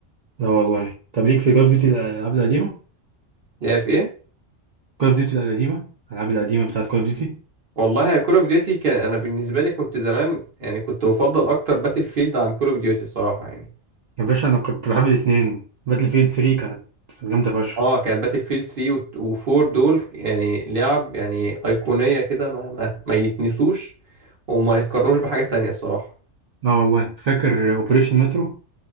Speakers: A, on the right (about 85°); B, on the right (about 45°).
A: لا والله طب ليك في كول أوف ديوتي الألعاب القديمة؟
B: اللي هي في إيه؟
A: كول اوف ديوتي القديمة الألعاب القديمة بتاعت كول اوف ديوتي
B: والله كول أوف ديوتي كان أنا بالنسبة لي كنت زمان يعني كنت بفضل أكتر باتل فيلد عن كول أوف ديوتي الصراحة يعني
A: يا باشا أنا كنت بحب الاتنين باتل فيلد 3 كانت جامدة فشخ
B: اه كان باتل فيلد 3 و4 دول يعني لعب يعني أيقونية كده ما, ما... ما يتنسوش وما يتقارنوش بحاجة تانية الصراحة
A: لا والله فاكر أوبريشن مترو